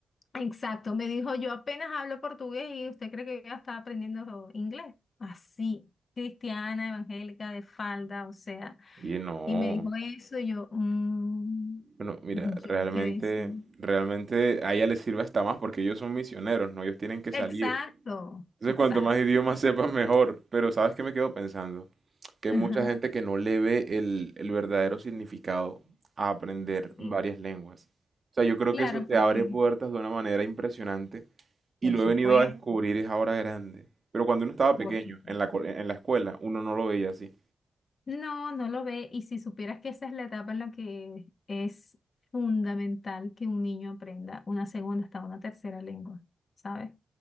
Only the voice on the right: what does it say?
Y él, no.
Bueno, mira,
realmente,
realmente a ella les sirve hasta más porque ellos son misioneros, ¿no? Ellos tienen que
salir. Entonces,
cuanto más idiomas sepas, mejor. Pero ¿sabes qué me quedo pensando? Que hay
mucha gente que no le ve el, el verdadero significado a aprender
varias lenguas. O sea, yo creo
que eso te
abre puertas de una manera impresionante
y lo
he venido a descubrir es ahora grande. Pero cuando uno estaba pequeño,
en la, co- en la escuela, uno no lo veía así.